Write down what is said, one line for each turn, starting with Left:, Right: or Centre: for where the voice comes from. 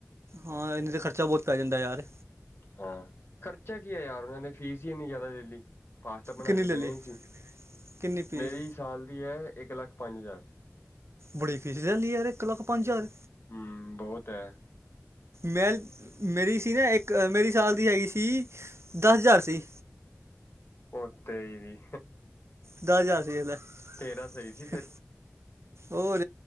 Right: ਹਾਂ ਏਨੇ ਤੇ ਖਰਚਾ ਬੋਤ ਪੈ ਜਾਂਦੈ ਯਾਰ।
Left: ਹਾਂ ਖਰਚਾ ਕੀ ਏ ਯਾਰ ਓਨਾਂ ਨੇ ਫੀਸ ਈ ਇੰਨੀ ਜਾਦਾ ਲੈ ਲੀ। ਪਾਸ ਤਾ ਬਣਾ
Right: ਕਿੰਨੀ
Left: ਕੇ
Right: ਲੈ
Left: ਦੇਣਾ
Right: ਲਈ
Left: ਈ ਸੀ,
Right: ਕਿੰਨੀ ਫੀਸ
Left: ਮੇਰੀ ਸਾਲ ਦੀ ਐ ਇੱਕ ਲੱਖ ਪੰਜ ਹਜ਼ਾਰ।
Right: ਬੜੀ ਫੀਸ ਲੈ ਲੀ ਯਾਰ ਇੱਕ ਲੱਖ ਪੰਜ ਹਜ਼ਾਰ।
Left: ਹਮ ਬਹੁਤ ਹੈ
Right: ਮੈਂ ਮੇਰੀ ਸੀ ਨਾ ਇੱਕ ਮੇਰੀ ਸਾਲ ਦੀ ਹੈਗੀ ਸੀ ਦਸ ਹਜ਼ਾਰ ਸੀ।
Left: ਓ ਤੇਰੇ ਦੀ।
Right: ਦਸ ਹਜ਼ਾਰ ਸੀ ਵੇਖ ਲੈ,
Left: ਤੇਰਾ ਸਹੀ ਸੀ ਫਿਰ
Right: ਔਰ